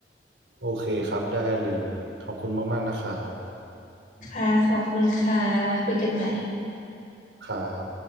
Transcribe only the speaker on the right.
โอเคครับได้เลยขอบคุณมากๆนะครับ
ครับ